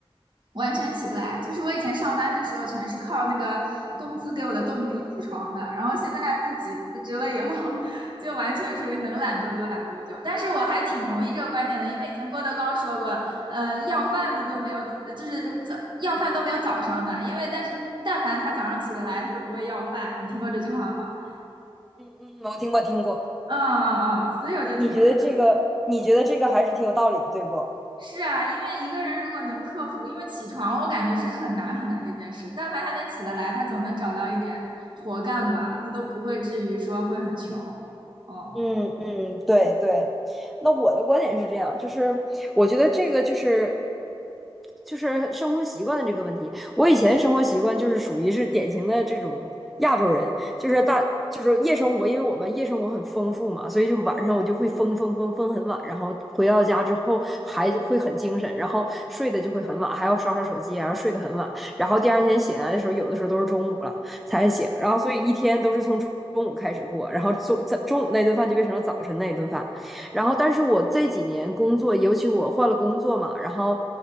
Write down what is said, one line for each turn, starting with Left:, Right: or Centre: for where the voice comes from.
Right: 完全起不来，就是我以前上班的时候全是靠那个工资给我的动力起床的，然后现在自己辞职了以后，<laughs> 就完全属于能懒多久懒多久。但是我还挺同意这个观点的，因为以前郭德纲说过，呃，要饭的都没有，就是如早要饭都没有早上的，因为但是但凡他早上起得来，他都不会要饭。你听过这句话吗？
Centre: 嗯我听过听过，
Right: 嗯嗯嗯，所以我觉得挺。
Centre: 你觉得这个，你觉得这个还是挺有道理的，对不？
Right: 是啊，因为一个人如果能克服，因为起床我感觉是很难很难的一件事，但凡他能起得来，他总能找到一点活干吧，他都不会至于说会很穷。哦，
Centre: 嗯嗯，对对，那我的观点是这样，就是我觉得这个就是就是生活习惯的这个问题。我以前生活习惯就是属于是典型的这种亚洲人，就是大就是夜生活，因为我们夜生活很丰富嘛，所以就晚上我就会疯疯疯疯很晚，然后回到家之后还就会很精神，然后睡的就会很晚，还要刷刷手机，还要睡得很晚，然后第二天醒来的时候，有的时候都是中午了。才行。然后所以一天都是从中中午开始过，然后中在中午那顿饭就变成了早晨那一顿饭。然后但是我这几年工作，尤其我换了工作嘛，然后